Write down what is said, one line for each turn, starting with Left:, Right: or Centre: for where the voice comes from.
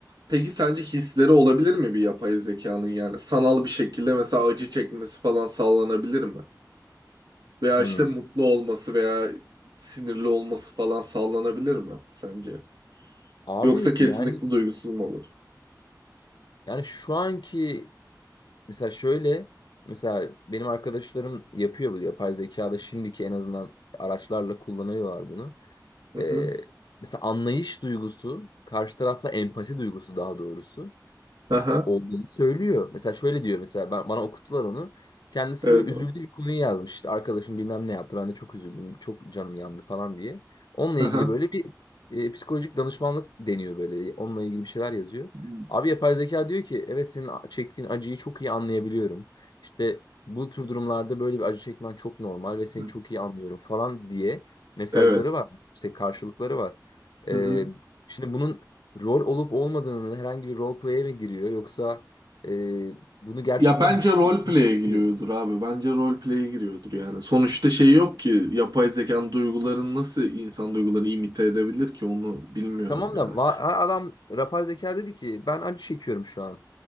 Right: Peki sence hisleri olabilir mi bir yapay zekanın yani sanal bir şekilde mesela acı çekmesi falan sağlanabilir mi? Veya
Left: Hmm.
Right: işte mutlu olması veya sinirli olması falan sağlanabilir mi sence?
Left: Abi
Right: Yoksa kesinlikle
Left: yani
Right: duygusuz mu olur?
Left: yani şu anki mesela şöyle mesela benim arkadaşlarım yapıyor bu yapay zekada şimdiki en azından araçlarla kullanıyorlar bunu.
Right: Hı
Left: Ee,
Right: hı.
Left: mesela anlayış duygusu, karşı tarafla empati duygusu daha doğrusu.
Right: Aha.
Left: olduğunu söylüyor. Mesela şöyle diyor mesela ben, bana okuttular onu. Kendisi
Right: Evet
Left: böyle üzüldüğü
Right: abi.
Left: bir konuyu yazmış. İşte arkadaşım bilmem ne yaptı. Ben de çok üzüldüm. Çok canım yandı falan diye. Onunla
Right: Aha.
Left: ilgili böyle bir e, psikolojik danışmanlık deniyor böyle. Onunla ilgili bir şeyler yazıyor.
Right: Hı hı.
Left: Abi yapay zeka diyor ki evet senin a- çektiğin acıyı çok iyi anlayabiliyorum. İşte bu tür durumlarda böyle bir acı çekmen çok normal ve seni
Right: Hmm.
Left: çok iyi anlıyorum falan diye mesajları
Right: Evet.
Left: var. İşte karşılıkları var. E,
Right: Hı hı.
Left: şimdi bunun rol olup olmadığını herhangi bir role play'e mi giriyor yoksa e, bunu gerçekten
Right: Ya bence
Left: hissediyor
Right: roleplay'e
Left: mu? Bilmiyorum.
Right: giriyordur abi. Bence roleplay'e giriyordur yani. Sonuçta şey yok ki yapay zekanın duygularını nasıl insan duygularını imite edebilir ki onu bilmiyorum
Left: E, tamam da
Right: yani.
Left: va- ha, adam yapay zeka dedi ki ben acı çekiyorum şu an.